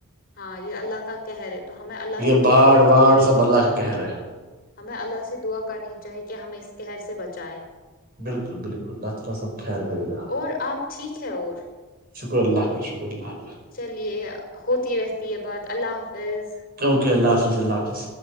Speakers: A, on the left; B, on the right.
A: ہاں یہ اللہ کا قہہر ہے تو ہمیں اللہ
B: یہ
A: سے
B: باڑ
A: دعا کرنی
B: واڑ
A: چاہیے
B: سب اللہ کا کہہ رہے ہے
A: ہمیں اللہ سے دعا کرنی چاہی کہ ہمیں اس قہر سے بچائے
B: بالکل بالکل اللہ تالا سب خیر کرے گا
A: اور آپ ٹھیک ہے اور
B: شکر اللہ کا شکر اللہ کاا
A: چلیے ہوتی رہتی ہے بات اللہ حافظ
B: اوکے اللہ حافظ اللہ حافظ